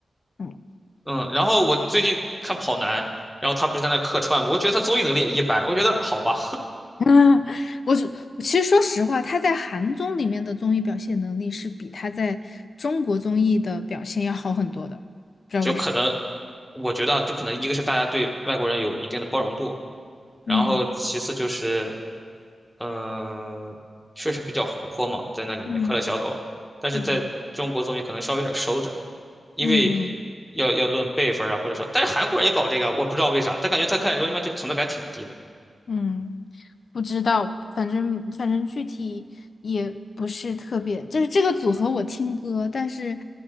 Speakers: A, on the left (about 55°); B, in the centre.
A: 嗯
B: 嗯，然后我最近看跑男，然后他不是在那客串吗我觉得他综艺能力也一般，我觉得好吧，
A: <laughs> 啊，我是其实说实话，他在韩综里面的综艺表现能力是比他在中国综艺的表现要好很多的，不知道为啥。
B: <laughs> 就可能，我觉得啊就可能一个是大家对外国人有一定的包容度，然后其次就是，
A: 嗯
B: 嗯、确实比较活泼嘛，在那里面快乐小狗，
A: 嗯
B: 但是在中国综艺可能稍微有点收着，
A: 嗯
B: 因为
A: 嗯
B: 要要论辈分啊，或者说，但是韩国人也搞这个啊我不知道为啥，但感觉他看《r u n n i 就存在感挺低的。
A: 嗯，不知道，反正反正具体也不是特别，就是这个组合我听歌，但是